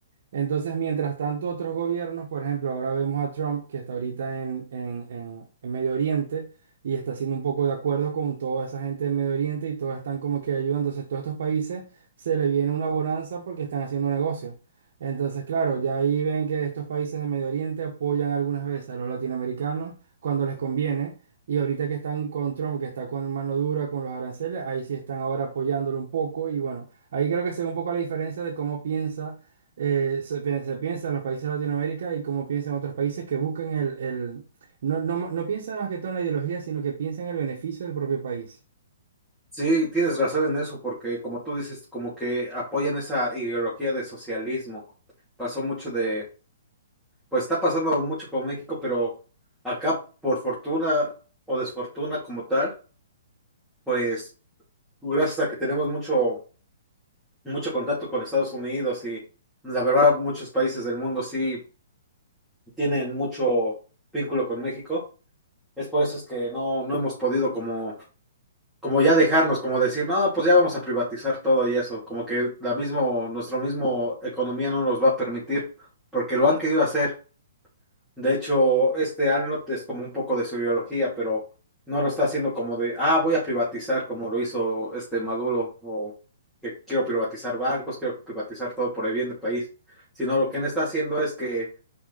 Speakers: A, on the right; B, in the centre.
A: Entonces, mientras tanto, otros gobiernos, por ejemplo, ahora vemos a Trump que está ahorita en, en- en- en Medio Oriente y está haciendo un poco de acuerdos con toda esa gente de Medio Oriente y todos están como que ayudando. Entonces, todos estos países se le viene una bonanza porque están haciendo negocios. Entonces, claro, ya ahí ven que estos países de Medio Oriente apoyan algunas veces a los latinoamericanos cuando les conviene. Y ahorita que están con Trump, que está con mano dura con los aranceles, ahí sí están ahora apoyándolo un poco. Y bueno, ahí creo que se ve un poco la diferencia de cómo piensa eh, se, pi- se piensa en los países de Latinoamérica y cómo piensan otros países que buscan el, el- no, no, ma- no piensan más que todo en la ideología, sino que piensan en el beneficio del propio país.
B: Sí, tienes razón en eso, porque como tú dices, como que apoyan esa ideología de socialismo. Pasó mucho de, pues está pasando mucho con México, pero acá por fortuna o desfortuna como tal, pues gracias a que tenemos mucho, mucho contacto con Estados Unidos y la verdad muchos países del mundo sí tienen mucho vínculo con México. Es por eso es que no, no hemos podido como como ya dejarnos, como decir, no, pues ya vamos a privatizar todo y eso, como que la mismo, nuestro mismo economía no nos va a permitir, porque lo han querido hacer. De hecho, este Arnold es como un poco de su ideología, pero no lo está haciendo como de, ah, voy a privatizar, como lo hizo este Maduro, o que quiero privatizar bancos, quiero privatizar todo por el bien del país, sino lo que él está haciendo es que